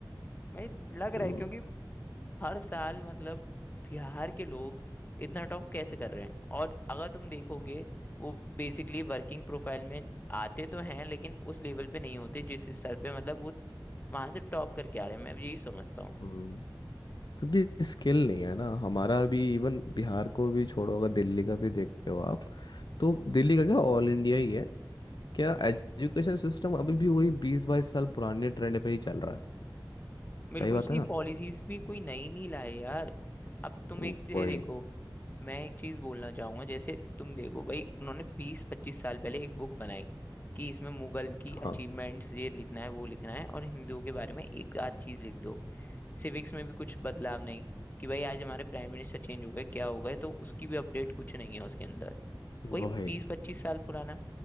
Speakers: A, on the left; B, on the left.
A: भाई लग रहा
B: हम्म,
A: है क्योंकि हर साल मतलब बिहार के लोग इतना टॉप कैसे कर रहे हैं और अगर तुम देखोगे वो बेसिकली वर्किंग प्रोफाइल में आते तो हैं लेकिन उस लेवल पे नहीं होते जिस स्तर पे मतलब वो वहां से टॉप करके आ रहे हैं मैं यही समझता हूँ
B: हम्म। क्योंकि स्किल नहीं है ना हमारा भी इवन बिहार को भी छोड़ो अगर दिल्ली का भी देखते हो आप तो दिल्ली का क्या ऑल इंडिया ही है क्या एजुकेशन सिस्टम अभी भी वही बीस बाईस साल पुराने ट्रेंड पे ही चल रहा है
A: बिल्कुल
B: सही बात
A: उसकी
B: है ना
A: पॉलिसीज भी कोई नई नहीं लाए यार अब तुम
B: वही
A: एक ये देखो मैं एक चीज बोलना चाहूंगा जैसे तुम देखो भाई उन्होंने बीस पच्चीस साल पहले एक बुक बनाई कि इसमें मुगल की
B: हाँ
A: अचीवमेंट्स ये लिखना है वो लिखना है और हिंदुओं के बारे में एक आध चीज लिख दो सिविक्स में भी कुछ बदलाव नहीं कि भाई आज हमारे प्राइम मिनिस्टर चेंज हो गए क्या हो गए तो उसकी भी अपडेट कुछ नहीं है उसके अंदर वही
B: वही
A: बीस पच्चीस साल पुराना